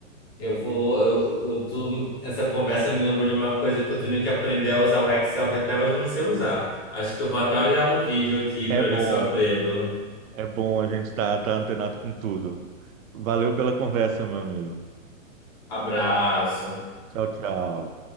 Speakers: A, on the left; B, on the right.
A: Eu vou, eu, eu tô. essa conversa me lembrou de uma coisa que eu tenho que aprender a usar o Excel, que até hoje eu não sei usar. Acho que eu vou até olhar um vídeo aqui
B: É
A: para
B: bom,
A: ver se eu aprendo.
B: é bom a gente estar tá, tá antenado com tudo. Valeu pela conversa, meu amigo.
A: Abraço.
B: Tchau, tchau.